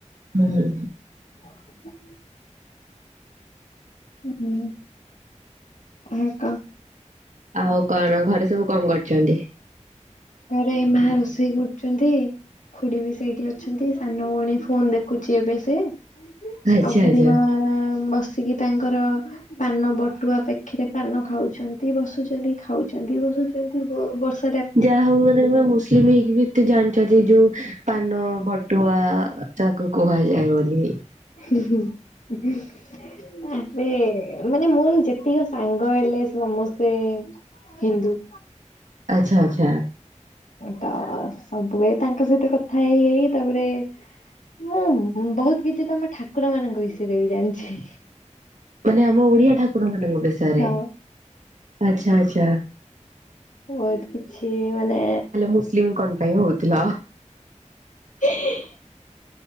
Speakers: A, on the right; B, on the left.
A: ହୁଁ।
B: <inaudible> ଉଁ ହୁଁ ଆକ।
A: ଆଉ କଣ ଘରେସବୁ କଣ କରୁଚନ୍ତି?
B: ଘରେ ଏଇ ମା ରୋଷେଇ କରୁଛନ୍ତି। ଖୁଡ଼ିବି ସେଇଠି ଅଛନ୍ତି ସାନ ଭଉଣୀ ଫୋନ୍ ଦେଖୁଚି ଏବେ ସେ।
A: ଆଚ୍ଛା
B: ଆଉ ବୁଢୀମା
A: ଆଚ୍ଛା।
B: ବସିକି ତାଙ୍କର ପାନ ବଟୁଆ ପାଖେରେ ପାନ ଖାଉଛନ୍ତି ବସୁଛନ୍ତି ଖାଉଛନ୍ତି ବସୁଛନ୍ତି ବ ବସୁ
A: ଯାହା ହଉ ମାନେ ତମେ ମୁସ୍ଲିମ୍ ହେଇକି ବି ଏତେ ଜାଣିଚଯେ ଯୋଉ ପାନ ବଟୁଆ ତାକୁ କୁହାଯାଏ ବୋଲି।
B: ହୁଁ ହୁଁ ହୁଁ ଆମେ ମାନେ ମୋର ଯେତିକ ସାଙ୍ଗ ହେଲେ ସମସ୍ତେ ହିନ୍ଦୁ।
A: ଆଚ୍ଛା ଆଚ୍ଛା।
B: ତ ସବୁବେଳେ ତାଙ୍କସହିତ କଥା ହେଇ ହେଇ ତାପରେ ମୁଁ ବହୁତ୍ କିଛିତମ ଠାକୁର ମାନଙ୍କ ବିଷୟରେ ବି ଜାଣିଚି।
A: ମାନେ ଆମ ଓଡିଆ ଠାକୁର ମାନଙ୍କ ବିଷୟରେ
B: ହଁ।
A: ଆଛା ଆଛା।
B: ବହୁତ୍ କିଛି ମାନେ
A: ମୁସଲିମ କଣ ପାଇଁ ହଉଥିଲ?
B: <unintelligible>